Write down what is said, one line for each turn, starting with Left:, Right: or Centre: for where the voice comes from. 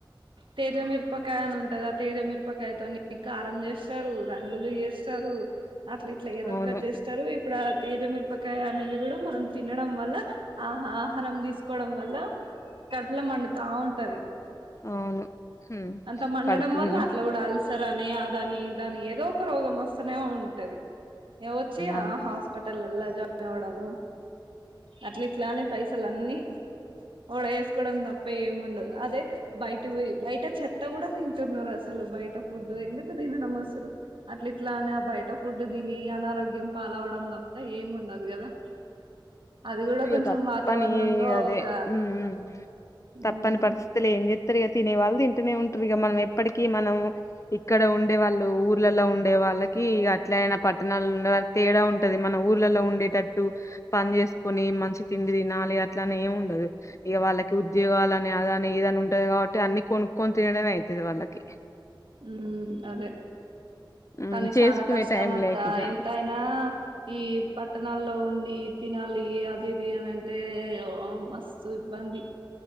Right: తేజ మిరపకాయల్ అని ఉంటది అ తేజమిరపకాయతోని కారం జెస్తారు రంగులు జేస్తారు అట్ల ఇట్లా ఏదోకటి
Left: అవును
Right: జెస్తారు ఇప్ ఇప్పుడ ఆ తీదమిరపకాయ అనేది గూడా మనం తినడం వల్ల ఆ ఆహారం తీసుకోవడం వల్ల కడుపుల మండుతా ఉంటది
Left: అవును ఉమ్
Right: అంత మండడం
Left: కడుపు
Right: వల్ల
Left: ఉమ్
Right: అట్ల గుడా ఆల్ సరా అని అదని ఇదని ద ఏదో ఒక రోగం వస్తనే ఉంటది ఏయ్ వచ్చి
Left: అంతే
Right: ఆ హాస్పిటలల్లా జాయ్ తేవడము అట్లా ఇట్లా అని పైసలన్నీ ఓడ వేసుకోవడం తప్ప ఏముండదు అదే బయట బయట చెత్త కూడా తింటున్నారు అసలు బయట ఫుడ్ ఎందుకు తినడం అసలు అట్ల ఇట్లా అనే ఆ బయట ఫుడ్ తిని అనారోగ్యం పాలవడం తప్ప ఏముండదు గదా అది గుడా
Left: ఇగ
Right: కొంచెం
Left: తప్పని
Right: వాతావరణంలో
Left: అదే
Right: ఒక
Left: ఉమ్ తప్పని
Right: ఉమ్
Left: పరిస్థిలు ఏం జె సరిగ తినే వాళ్ళు ఇంటినే ఉంటుది మనం ఎప్పడికి మనం ఇక్కడ ఉండే వాళ్ళు ఊర్లలో ఉండే వాళ్ళకి అట్లా అయినా పట్టణాల్లో ఉండే వాళ్ళ తేడా ఉంటది మనం ఊర్లలో ఉండేటట్టు పనిచేస్తు కొన్ని మంచి తిండి తినాలి అట్లనే ఏమి ఉండదు ఇక వాళ్ళకి ఉద్యోగాలు అని అద అని ఇదని ఉంటది కాబట్టి అన్ని కొనుక్కొని తినడమే అయితది వాళ్ళకి
Right: హ్మ్మ్ అదే
Left: ఉమ్,
Right: కాని
Left: చేసుకునే
Right: చాల కష్టం
Left: టైం
Right: అక్క
Left: లేక ఇక
Right: ఎంతయినా ఈ పట్టణాల్లో ఉండి తినాలి అదిది అని అంటేఓ మస్తు ఇబ్బంది